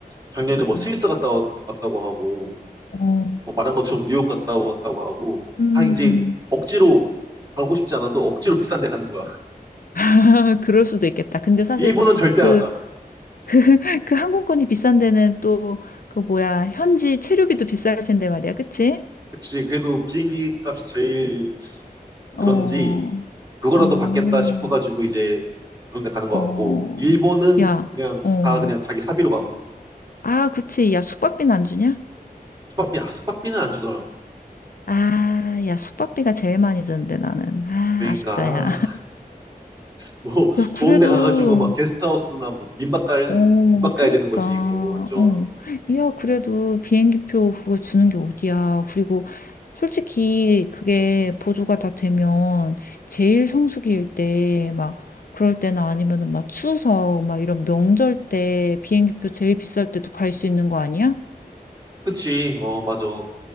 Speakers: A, on the right; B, on the left.
A: 작년에
B: 음.
A: 뭐 스위스 갔다 와- 왔다고 하고
B: 어.
A: 뭐 말한 것처럼 뉴욕 갔다 왔다고 하고
B: 음.
A: 다 이제 억지로 가고 싶지 않아도 억지로 비싼 데 가는 거야. <laughs>
B: <laughs> 아, 그럴 수도 있겠다. 근데 사실
A: 일본은 절대
B: 그,
A: 안 가.
B: <laughs> 그 항공권이 비싼 데는 또, 그 뭐야, 현지 체류비도 비쌀 텐데 말이야. 그치?
A: 그치. 그래도 비행기 값이 제일 그런지
B: 어.
A: 그거라도
B: 어,
A: 받겠다 싶어가지고 이제 그런 데 가는 것
B: 어,
A: 같고 일본은
B: 야,
A: 그냥
B: 어.
A: 다 그냥 자기 사비로 가고
B: 아, 그치. 야, 숙박비는 안 주냐?
A: 숙박비, 아, 숙박비는 안 주더라고.
B: 아, 야, 숙박비가 제일 많이 드는데, 나는. 아,
A: 그러니까,
B: 아쉽다, 야.
A: 아, 뭐
B: <laughs> 야, 그래도,
A: 좋은 데 가가지고 막 게스트하우스나 뭐 민박 갈
B: 어,
A: 민박 가야
B: 그니까,
A: 되는 거지 이거 완전
B: 어. 야, 그래도 비행기표 그거 주는 게 어디야. 그리고 솔직히 그게 보조가 다 되면 제일 성수기일 때, 막, 그럴 때나 아니면은 막 추석, 막 이런 명절 때 비행기표 제일 비쌀 때도 갈 수 있는 거 아니야?
A: 그치 어 맞아